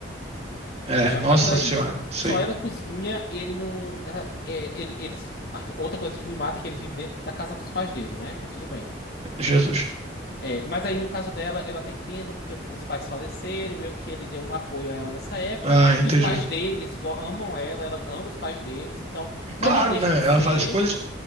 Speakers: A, on the right; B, on the left.
A: É,
B: Já
A: nossa
B: começa daí.
A: senhora. Sim.
B: Só ela cozinha, ele não. é, é, ele- eles. Ah, Outra coisa que me mata é que eles vivem dentro da casa dos pais dele, né? Mas tudo bem.
A: Jesus.
B: É, mas aí no caso dela, eu até entendo porque os pais faleceram, e meio que ele deu um apoio a ela nessa época,
A: Ah, entendi.
B: e os pais deles go- amam ela, ela ama os pais deles, então, mas
A: Claro,
B: não deixa
A: né?
B: de ser,
A: Ela faz as coisas.